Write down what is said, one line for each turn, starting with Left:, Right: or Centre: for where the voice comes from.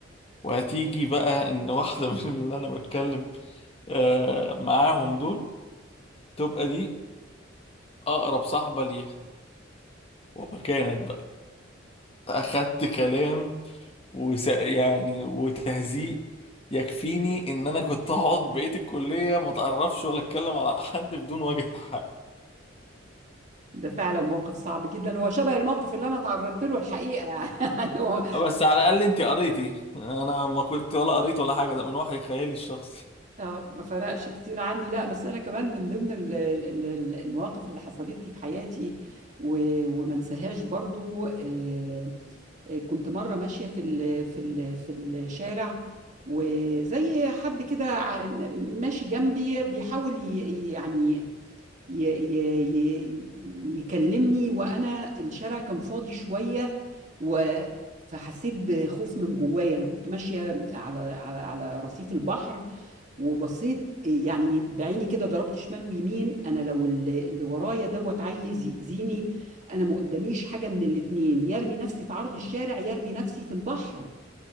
Left: وهتيجي بقى إن واحدة <laughs> من اللي أنا بتكلم آه، معاهم دول تبقى دي أقرب صاحبة ليها وكانت بقى أخدت كلام وس... يعني وتهزيء يكفيني ان انا كنت هقعد بقية الكلية ما اتعرفش ولا اتكلم على حد بدون وجه حق
Right: ده فعلا موقف صعب جدًا، هو شبه الموقف اللي أنا اتعرّضت له الحقيقة <laughs> يعني هو
Left: بس على الاقل انت قريتي انا ما كنت ولا قريت ولا حاجة ده من وحي خيالي الشخصي
Right: آه، ما فرقش كتير عني، لأ بس أنا كمان من ضمن ال ال ال المواقف اللي حصلت لي في حياتي و وما انساهاش برضه آآ، آآ كنت مرّة ماشية في ال في ال في الشارع وزي حد كده ع م ماشي جنبي بيحاول ي يعني ي ي ي يكلمني وانا الشارع كان فاضي شويه و فحسيت بخوف من جوايا انا كنت ماشيه على على على رصيف البحر وبصيت يعني بعيني كده ضربت شمال ويمين انا لو اللي اللي ورايا دوت عايز يأذيني انا ما قداميش حاجه من الاتنين يرمي نفسي في عرض الشارع يرمي نفسي في البحر